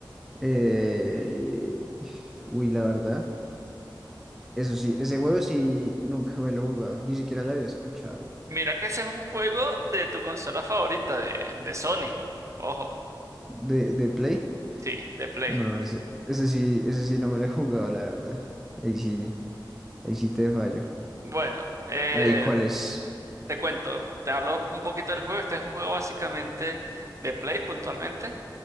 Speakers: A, in the centre; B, on the right.
A: Eh, Uy, la verdad. Eso sí, ese juego sí nunca me lo he jugado, ni siquiera lo había escuchado.
B: Mira que ese es un juego de tu consola favorita de, de Sony. Ojo,
A: ¿De, de Play?
B: sí, de Play.
A: No, ese, ese sí, ese sí no me lo he jugado, la verdad. Ahí sí, ahí sí te fallo.
B: Bueno, eh,
A: Ahí, ¿cuál es?
B: Te cuento, te hablo un poquito del juego. Este es un juego básicamente de Play puntualmente.